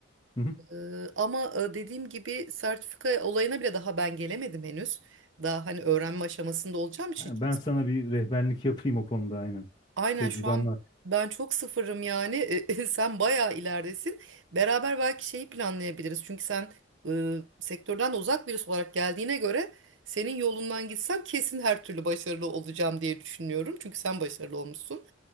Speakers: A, on the left; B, on the right.
A: Hı hı.
B: Ee, ama e, dediğim gibi sertifika olayına bile daha ben gelemedim henüz. Daha hani öğrenme aşamasında olacağım için
A: Yani
B: çok
A: Ben sana bir rehberlik yapayım o konuda aynen.
B: Aynen
A: Tecrübem
B: şu an
A: var.
B: ben çok sıfırım yani. <laughs> E, Sen bayağı ileridesin. Beraber belki şeyi planlayabiliriz. Çünkü sen e, sektörden de uzak birisi olarak geldiğine göre senin yolundan gitsem kesin her türlü başarılı olacağım diye düşünüyorum. Çünkü sen başarılı olmuşsun.